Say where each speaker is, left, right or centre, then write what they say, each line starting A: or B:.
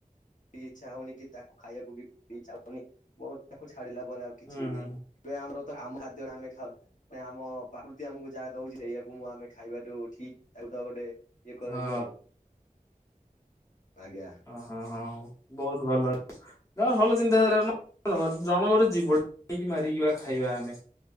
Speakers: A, on the left; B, on the left.
A: ଟିକେ ଇଛା ହୋଉନି କି ତାକୁ ଖାଇବାକୁ ବି ଚାହୁନି ମ ତାକୁ ଛାଡ଼ିଲା ପରେ କିଛି
B: ହୁଁ
A: ବି ନାଇଁ ଏ ଆମର ଆମ ଖାଦ୍ୟା ଆମେ ଖାଉଚୁ। ଭାଇ ଆମ ପ୍ରକୃତି ଆମକୁ ଯାହା ଦୋଉଛି ସେଇଆକୁ ମୁଁ ଆମେ ଖାଇବାଠୁ ଠିକ୍ ତାକୁ ତ ଗୋଟେ ଇଏ କରିଦେନୁ
B: ହଁ
A: ଆଉ ଆଜ୍ଞା।
B: ଓ ହଁ ହଁ ବୋହୁତ ଭଲ ଅଛି। ଯାହୋଉ ଭଲ ଚିନ୍ତାଧାରା ଜଣକୁ ଗୋଟେ ଜୀବକୁ ମାରିକି ଖାଇବା ଆମେ